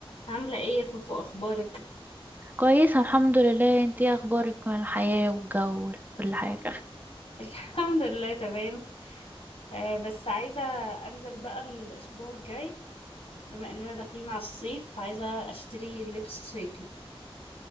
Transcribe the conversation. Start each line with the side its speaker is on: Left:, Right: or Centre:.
Left: عاملة ايه يا فوفو اخبارك
Right: كويسة الحمد لله انتي ايه اخبارك من الحياة والجو وكل حاجة
Left: <laughs> الحمد لله تمام آه بس عايزة انزل بقى الاسبوع الجاي بما اننا داخلين على الصيف عايزة اشتري لبس صيفي